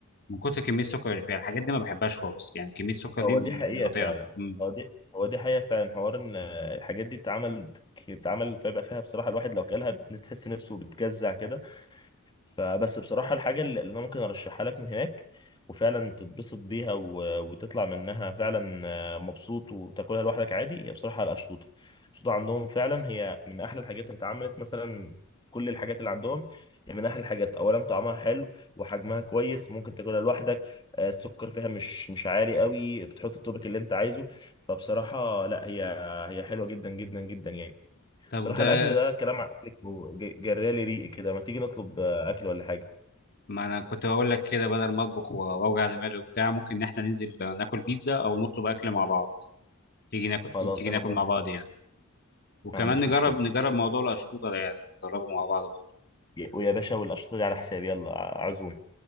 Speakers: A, on the left (about 45°); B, on the left (about 20°).
A: من كتر كميه السكر اللي فيها الحاجات دي ما بحبهاش خالص يعني كميه السكر
B: هو
A: دي
B: دي حقيقه
A: مش بطيئه
B: فعلا
A: مم.
B: هو دي هو دي حقيقه فعلا حوار ان آه، الحاجات دي بتتعمل بتتعمل فيبقى فيها بصراحه الواحد لو كلها تحس نفسه بتجزع كده فبس بصراحة الحاجة اللي اللي أنا ممكن أرشحها لك من هناك وفعلا تتبسط بيها و- وتطلع منها فعلا آه، مبسوط وتاكلها لوحدك عادي هي بصراحة الأشطوطة الأشطوطة عندهم فعلا هي من أحلى الحاجات اللي اتعملت مثلا كل الحاجات اللي عندهم هي من أحلى الحاجات أولا طعمها حلو وحجمها كويس ممكن تاكلها لوحدك آه، السكر فيها مش مش عالي قوي بتحط التوبك اللي أنت عايزه فبصراحة لا هي هي حلوة جدا جدا جدا يعني
A: طب
B: بصراحة
A: ده
B: الأكل ده كلام عن أكلك وج- جرالي ريقي كده ما تيجي نطلب آه، أكل ولا حاجة
A: ما انا كنت بقول لك كده بدل ما اطبخ و- واوجع دماغي وبتاع ممكن ان احنا ننزل ناكل بيتزا او نطلب اكل مع بعض تيجي ناكل
B: خلاص
A: تيجي
B: أنا
A: ناكل
B: موافق،
A: مع بعض يعني وكمان
B: ما عنديش
A: نجرب
B: مشكلة
A: نجرب موضوع القشطوطه ده يعني نجربه مع بعض
B: يا- ويا باشا والأشطة دي على حسابي يلا ع- عزوم